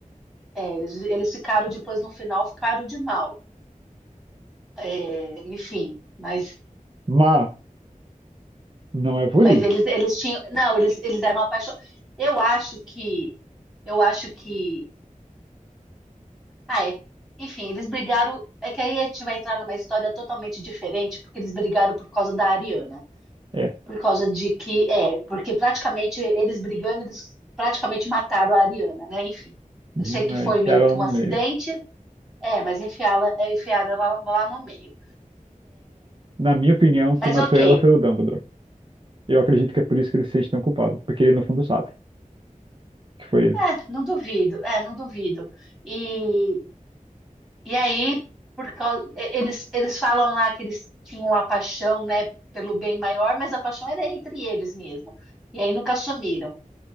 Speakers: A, in the centre; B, on the right (about 35°).
A: é, eles, eles ficaram depois no final, ficaram de mal. É, enfim, mas,
B: Mas não é por
A: mas
B: isso.
A: eles, eles tinham. Não, eles, eles eram apaixonados. Eu acho que. Eu acho que. Ah, é. Enfim, eles brigaram. É que aí a gente vai entrar numa história totalmente diferente, porque eles brigaram por causa da Ariana.
B: É,
A: Por causa de que. É, porque praticamente eles brigando, eles praticamente mataram a Ariana, né? Enfim.
B: uhum,
A: Eu sei que
B: é,
A: foi
B: enfiaram
A: meio que
B: ela
A: um
B: no
A: acidente,
B: meio.
A: é, mas enfiá-la, é, enfiaram ela lá no meio.
B: Na minha opinião,
A: Mas
B: quem matou
A: ok,
B: ela foi o Dumbledore. Eu acredito que é por isso que ele se sente tão culpado, porque ele no fundo sabe que foi ele,
A: é, não duvido, é, não duvido. E, E aí, por causa, eles, eles falam lá que eles tinham uma paixão, né, pelo bem maior, mas a paixão era entre eles mesmo. E aí nunca assumiram.